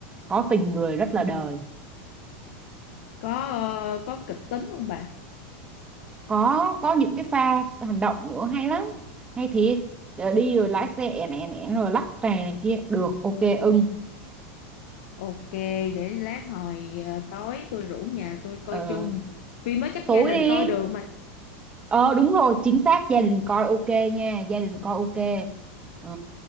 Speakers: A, on the right; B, on the left.
A: có tình người rất là đời
B: Có ờ, có kịch tính không bà?
A: có có những cái pha hành động nữa hay lắm hay thiệt Để đi rồi lái xe ẻn ẻn ẻn rồi lắc này, này kia được ok ưng
B: Ok, để lát hồi ờ, tối tôi rủ nhà tôi coi
A: ờ,
B: chung. Phim mới chắc
A: tối
B: gia đình
A: đi
B: coi được mà.
A: ờ đúng rồi chính xác gia đình coi ok nha gia đình coi ok ừ.